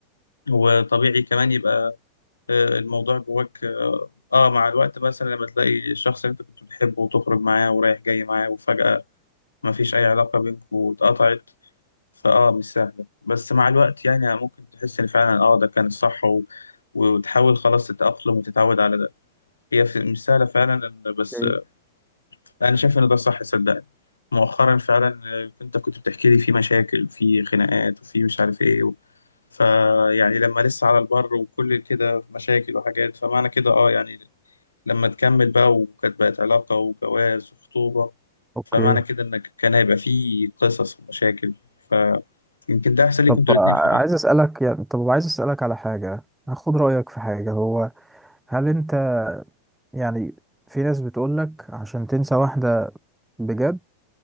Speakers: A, on the left; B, in the centre.
A: وطبيعي كمان يبقى آه، الموضوع جواك اه آه، مع الوقت مثلا لما تلاقي الشخص اللي انت كنت بتحبه وتخرج معاه ورايح جاي معاه وفجأة ما فيش اي علاقة بينكم واتقطعت فاه مش سهلة بس مع الوقت يعني ممكن تحس ان فعلا اه ده كان الصح و... وتحاول خلاص تتأقلم وتتعود على ده هي في- مش سهلة فعلا إن- بس
B: اوكي
A: آه، انا شايف ان ده صح صدقني مؤخرا فعلا آه، انت كنت بتحكي لي في مشاكل وفي خناقات وفي مش عارف ايه و... فيعني لما لسه على البر وكل كده مشاكل وحاجات فمعنى كده اه يعني لما تكمل بقى وكانت بقت علاقة وجواز وخطوبة
B: اوكي
A: فمعنى كده إنك كان هيبقى فيه قصص ومشاكل فيمكن ده أحسن ليكوا
B: طب
A: أنتوا الاتنين فعلا
B: عايز اسالك يعني طب عايز اسالك على حاجه هاخد رايك في حاجه هو هل انت يعني في ناس بتقولك عشان تنسى واحده بجد